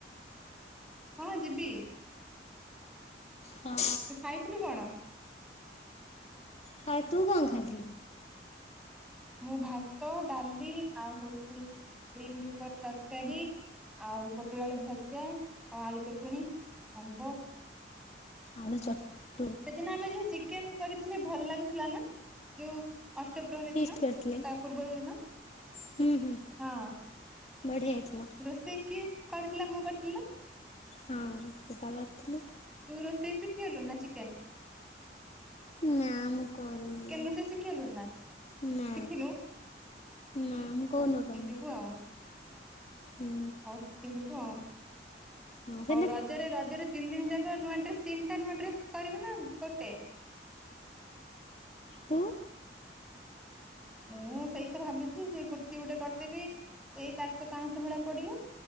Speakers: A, in the centre; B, on the left.
A: ହଁ ଯିବି।
B: ହଁ
A: ତୁ ଖାଇଥିଲୁ କଣ?
B: ଖାଇ ତୁ କଣ ଖାଇଥିଲୁ?
A: ମୁଁ ଭାତ, ଡାଲି ଆଉ ହଉଛି ମିଲ ମିକର ତରକାରୀ ଆଉ ପୋଟଳ, ଆଳୁ ଭଜା ଆଉ ଆଳୁ ଚଟଣି, ଆମ୍ବ
B: ଆଳୁ ଚଟ୍
A: ସେଦିନ ଆମେ ଯୋଉ ଚିକେନ କରିଥିଲେ ଭଲ ଲାଗୁଥିଲା ନା ଯୋଉ ଅଷ୍ଟପ୍ରହରୀ
B: ଫିଷ୍ଟ
A: ଦିନ
B: କରିଥିଲେ
A: ତା ପୂର୍ବ ଦିନ
B: ହୁଁ ହୁଁ
A: ହଁ
B: ବଢ଼ିଆ ହେଇଥିଲା
A: ରୋଷେଇ କିଏ କରି ଥିଲା ମୁଁ କରିଥିଲି ନା
B: ହଁ ତୁ ପା କରିଥିଲୁ।
A: ତୁ ରୋଷେଇ ଶିଖିଗଲୁଣି ନା ଚିକେନ୍?
B: ନା ମୁଁ କରିନି
A: ଚିକେନ ରୋଷେଇ ଶିଖିଗଲୁଣି ନା?
B: ନା
A: ଶିଖିନୁ
B: ନା ମୁଁ କୋଉଦିନ
A: ହଉ ଶିଖିଯିବୁ
B: କରିନି
A: ଆଉ।
B: ହୁଁ
A: ହଉ ଶିଖି ଯିବୁ ଆଉ।
B: ହଁ ସେଟା
A: ହଉ ରଜରେ ରଜରେ ତିନି ଦିନ ଯା ନୂଆ ଡ୍ରେସ ତିନିଟା ନୂଆ ଡ୍ରେସ କରିବୁ ନା ଗୋଟେ?
B: ତୁ
A: ମୁଁ ସେଇ ତ ଭାବୁଛି ସେଇ କୁର୍ତ୍ତୀ ଗୋଟେ କରିଦେବି ସେଇ ଚାରିଶହ, ପାଞ୍ଚଶହ ଭଳିଆ ପଡିବ।